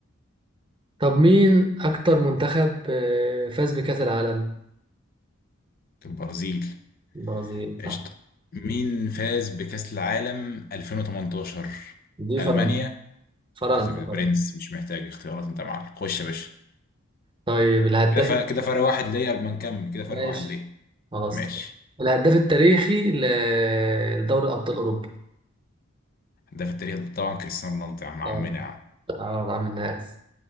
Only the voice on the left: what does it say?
البرازيل
قشطة مين فاز بكأس العالم 2018
ألمانيا
بس- برنس
مش محتاج اختيارات انت يا معلم خش يا باشا
كده فرق كده فرق واحد ليا قبل ما نكمل كده فرق
واحد ليا
ماشي
هداف التاريخ ده طبعا كريستيانو رونالدو يا عم عمنا
يا عم